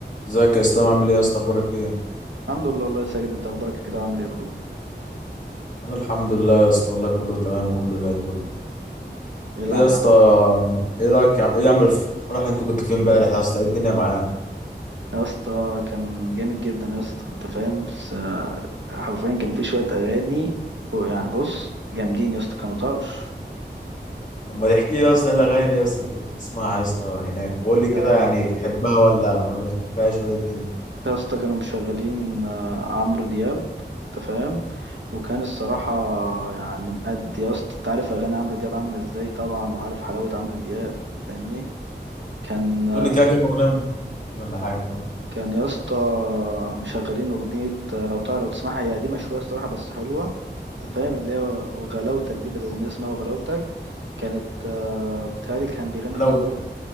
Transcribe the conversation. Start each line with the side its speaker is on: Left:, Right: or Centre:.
Left: ازيك يا اسلام عامل ايه يا اسطى اخبارك ايه
Right: الحمد لله والله يا ساجد انت اخبارك كده عامل ايه يا برو
Left: انا الحمد لله يا اسطى والله كله تمام وكله زي الفل
Right: يلعب
Left: ايه يا اسطى
Right: يا عم
Left: ايه رايك يا- ايه عامل الف- الفرح اللي انت كنت فين امبارح يا اسطى ايه الدنيا معاه
Right: يا اسطى كان جامد جدا يا اسطى انت فاهم بس آه، حرفيا كان في شويه اغاني و- يعني بص جامدين يا اسطى كانوا طرش
Left: طب ما تحكي لي يا اسطى ايه الاغاني يا اسطى اللي كنت بتسمعها يا اسطى هناك وقول لي
Right: كان
Left: كده يعني بتحبها ولا ولا ما بتحبهاش ولا ايه الدنيا
Right: يا اسطى كانوا مشغلين آه، عمرو دياب انت فاهم وكان الصراحه يعني مأدي يا اسطى انت عارف اغاني عمرو دياب عامله ازاي طبعا وعارف حلاوه عمرو دياب فاهمني كان
Left: تقول لي كده كام اغنيه من دي ولا حاجه
Right: كان يا اسطى مشغلين أغنية لو تعرف لو تسمعها هي قديمة شوية الصراحة بس حلوة أنت فاهم اللي هي وغلاوتك دي كانت أغنية اسمها وغلاوتك كانت آه، بتهيألي كان بيغني
Left: لو
Right: فيها بيقول